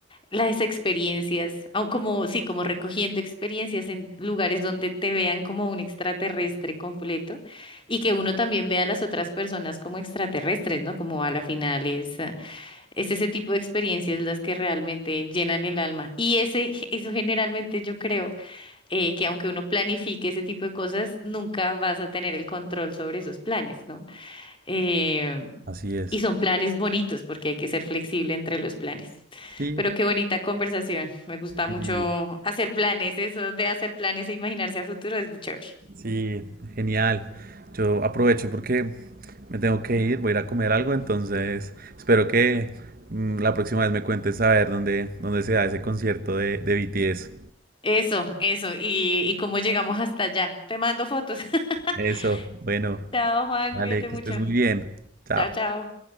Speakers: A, on the left; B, on the right.
A: las experiencias, o como, sí, como recogiendo experiencias en lugares donde te vean como un extraterrestre completo y que uno también vea a las otras personas como extraterrestres, ¿no? Como a la final es. Es ese tipo de experiencias las que realmente llenan el alma. Y ese, eso generalmente yo creo eh, que aunque uno planifique ese tipo de cosas, nunca vas a tener el control sobre esos planes, ¿no? Eh,
B: Así es.
A: y son planes bonitos porque hay que ser flexible entre los planes.
B: Sí.
A: Pero qué bonita conversación. Me gusta mucho
B: Y
A: hacer planes. Eso de hacer planes e imaginarse a futuro es chévere.
B: Sí, genial. Yo aprovecho porque me tengo que ir, voy a ir a comer algo, entonces espero que mm, la próxima vez me cuentes a ver dónde, dónde se da ese concierto de, de BTS.
A: Eso, eso. Y, y cómo llegamos hasta allá. Te mando fotos. <laughs>
B: Eso, bueno,
A: Chao, Juan.
B: vale,
A: Cuídate
B: que
A: mucho.
B: estés muy bien. Chao.
A: Chao, chao.